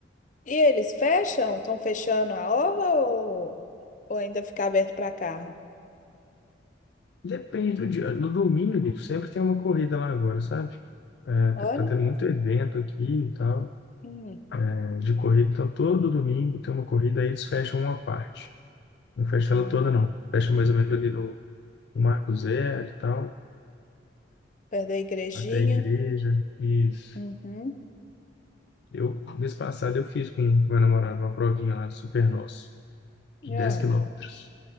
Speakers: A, on the left; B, on the left.
A: E eles fecham? Estão fechando a orla ou, ou ainda fica aberto para carro?
B: Depende do dia. No domingo sempre tem uma corrida lá agora, sabe? É, tá,
A: Olha.
B: tá tendo muito evento aqui e tal,
A: Hum.
B: é, de corrida. Então, todo domingo tem uma corrida, aí eles fecham uma parte. Não fecha
A: Ah,
B: ela toda, não. Fecha mais ou menos ali no, no Marco Zero e tal,
A: perto da igrejinha.
B: até a igreja. Isso.
A: Uhum.
B: Eu, mês passado, eu fiz com meu namorado uma provinha lá do Super Nosso, de 10
A: Ah,
B: quilômetros.